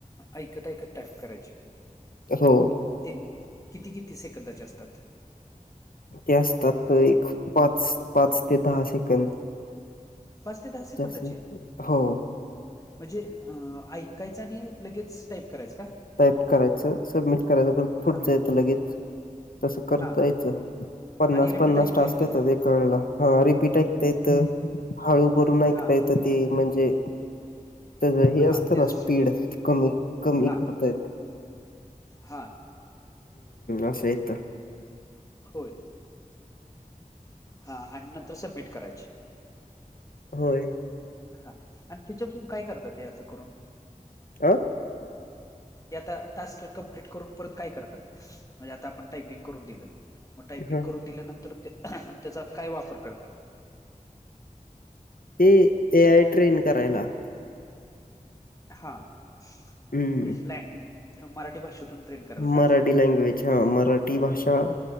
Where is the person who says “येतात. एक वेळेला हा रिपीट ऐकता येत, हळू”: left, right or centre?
Left